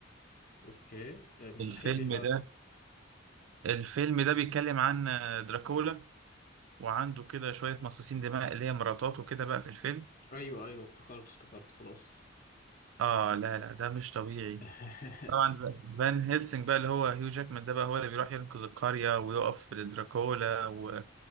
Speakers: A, on the left; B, on the right.
A: اوكي آه، من
B: الفيلم
A: ناحيه ايه بقى
B: ده الفيلم ده بيتكلم عن آه، دراكولا وعنده كده شوية مصاصين دماء اللي هي مراتاته كده بقى في الفيلم
A: ايوه ايوه افتكرت افتكرت خلاص
B: اه لا لا ده مش طبيعي
A: <laughs>
B: طبعا ف- فان هيلسنج بقى اللي هو هيو جاكمان ده بقى هو اللي بيروح ينقذ القرية ويقف لدراكولا و...